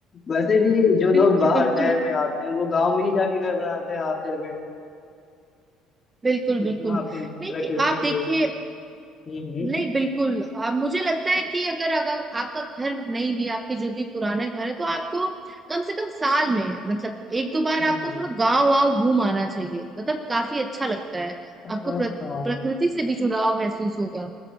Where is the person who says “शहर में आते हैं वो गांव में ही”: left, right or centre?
Left